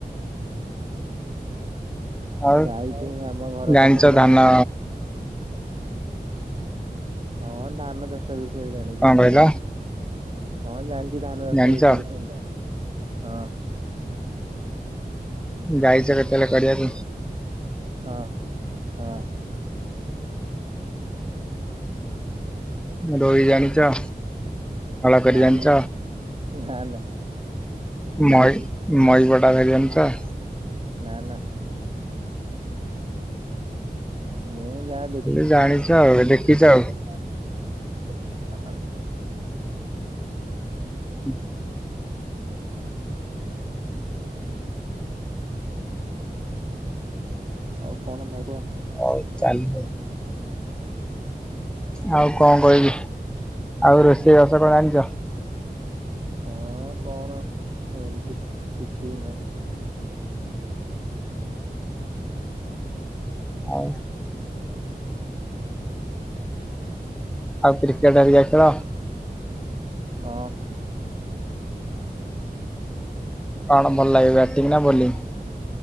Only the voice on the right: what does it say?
ଗାଈ କେ ଆମ ଘର
ପାଖେରେ ଜଣେ
ହଁ ଧାନ ଚାଷ ବିଷୟରେ ଜାଣିଚି
ସେମ ହଁ, ଜାଣିଛି ଧାନ ଚାଷ
ବିଷୟରେ ହଁ।
ହଁ- ହଁ।
ନା-
ନା - ନା - ନା।
ନା - ନା। ମୁଁ ଯାହା ଦେଖ
ଦେଖିଛି
<unintelligible> ହଁ।
ଆଉ କଣ ନେବ?
ହଁ, କଣ ଏମିତି କିଛି ବି ନାହିଁ।
ହଁ।